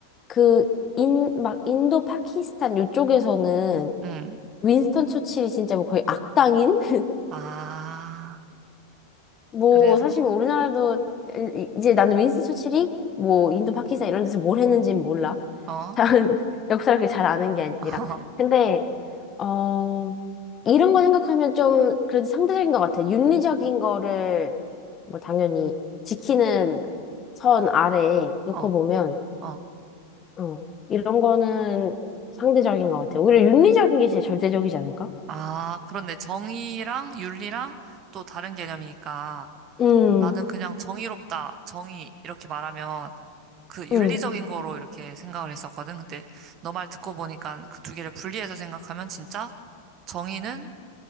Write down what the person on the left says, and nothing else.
그, 인, 막 인도 파키스탄 이쪽에서는
윈스턴 처칠이 진짜 뭐 거의 악당인? <laughs>
뭐
사실 뭐 우리나라도 이- 이제 나는 윈스턴 처칠이 뭐 인도 파키스탄 이런 데서 뭘 했는지는 몰라.
잘 <laughs> 역사를 그렇게 잘 아는 게 아니라.
근데 어 이런 거 생각하면 좀 그래도 상대적인 것 같아. 윤리적인 거를 뭐 당연히 지키는 선 아래에 놓고
보면
어 이런 거는 상대적인 것 같아. 오히려 윤리적인 게 제일 절대적이지 않을까?
음,
음.